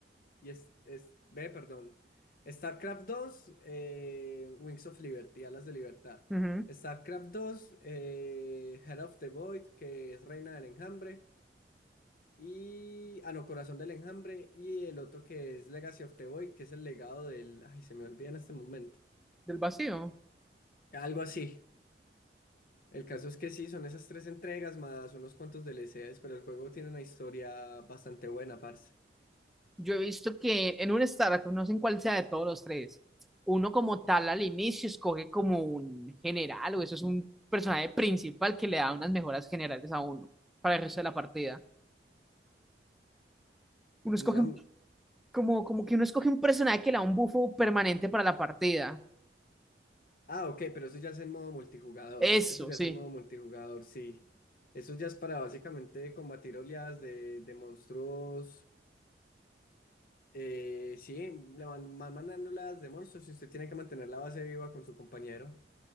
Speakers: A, on the left; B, in the centre.
A: y es, es, ve, perdón, StarCraft dos, eh, Wings of Liberty, Alas de Libertad,
B: ujú.
A: StarCraft dos, eh, Head of the Void, que es Reina del Enjambre, Y. Ah, no, Corazón del Enjambre. Y el otro que es Legacy of the Void, que es el legado del. Ay, se me olvida en este momento.
B: Del vacío.
A: Algo así. El caso es que sí, son esas tres entregas más unos cuantos DLCs, pero el juego tiene una historia bastante buena, parce.
B: Yo he visto que en un startup, no sé en cuál sea de todos los tres, uno como tal al inicio escoge como un general o eso es un personaje principal que le da unas mejoras generales a uno para el resto de la partida. Uno escoge
A: Una...
B: un- como, como que uno escoge un personaje que le da un bufo permanente para la partida.
A: Ah, ok, pero eso ya es en modo multijugador.
B: Eso,
A: Eso ya
B: sí.
A: es en modo multijugador, sí. Eso ya es para básicamente combatir oleadas de, de monstruos. Eh, sí, le van, van mandando oleadas de monstruos y usted tiene que mantener la base viva con su compañero.